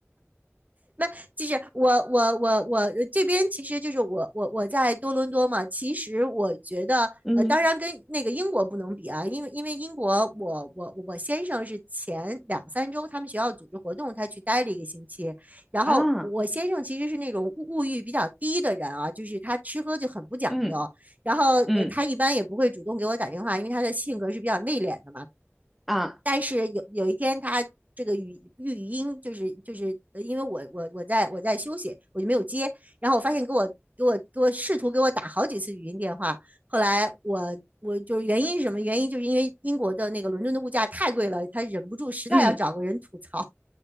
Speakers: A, on the right; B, in the centre.
A: 那就是我我我我这边其实就是我我我在多伦多嘛。其实我觉得，
B: 嗯
A: 呃，当然跟那个英国不能比啊，因为因为英国我我我先生是前两三周他们学校组织活动，他去待了一个星期。然后我先生其实是那种物物欲比较低的人啊，
B: 啊，
A: 就是他吃喝就很不讲究。
B: 嗯
A: 然后呃，
B: 嗯
A: 他一般也不会主动给我打电话，因为他的性格是比较内敛的嘛。
B: 啊，
A: 但是有有一天他这个语语音就是就是呃因为我我我在我在休息，我就没有接，然后我发现给我给我给我试图给我打好几次语音电话，后来我我就是原因是什么原因？就是因为英国的那个伦敦的物价太贵了，他忍不住实在要找个人吐槽，
B: 嗯